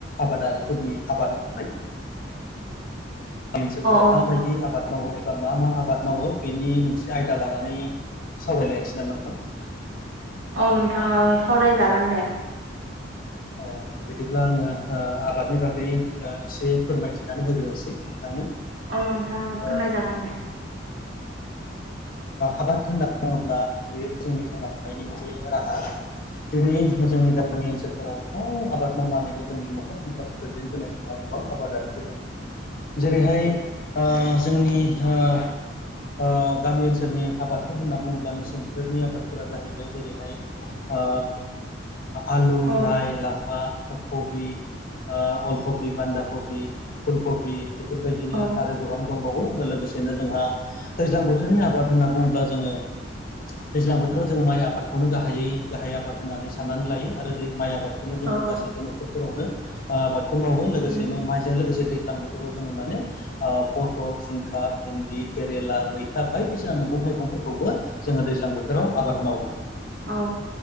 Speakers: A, on the left; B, on the right.
A: आबादारिफोरनि आबाद मावनाय ओनसोलफोराव
B: औ
A: माबायदि
B: नोंथां
A: आबाद मावो ए बा मा मा आबाद मावो बेनि मोनसे आयदा लानानै सावरायलायनोसै नामा नोंथां।
B: अ नोंथां ओ सावरायजागोन दे।
A: अ बिदिब्ला आङो ओ आबादनि बागै ओ एसे फोरमायथिनानै होग्रोनोसै नोंथांनो।
B: औ नोंथां
A: ओ
B: फोरमायजागोन दे‌।
A: आबाद बुङोब्ला बे जोंनि थांना थानायनि मोनसे राहा दिनै जोंनि गामि ओनसोलफोराव गोबां आबाद मावनानैनो जोंनि न'खर संसारखौ दैदेनबोनाय जोंहा गोबां आबादारिफोर दङ। जेरैहाय
B: औ
A: ओ जोंनि ओ ओ गामि ओनसोलनि आबादफोर होनना बुङोब्ला मेसें बोथोरनि आबादफोरा जाहैबाय जेरैहाय आ आलु,
B: औ
A: लाइ-लाफा कबि ओ अलखबि, बान्दा कबि, फुलकबि बेफोरबायदिनो
B: औ
A: आरो गोबां दंबावो लोगोसेनो जोंहा दैज्लां बोथोरनि आबाद होनना बुङोब्ला जोङो दैज्लां बोथोराव जोङो माइ आबादखौनो गाहायै गाहाय आबाद होननानै साननानै लायो आरो दै माइ आबादखौनो जोङो
B: औ
A: गासैबो न'खरफोरावनो आबादखौ मावो लोगोसेनो
B: उम
A: माइजों लोगोसे दै दैज्लां बोथोराव जोङो मोनो ओ पथल, जिंखा, भेन्दि, केरेला, मैथा बायदिसिना मैगं थाइगंफोरखौबो जोङो दैज्लां बोथोराव आबाद मावो।
B: औ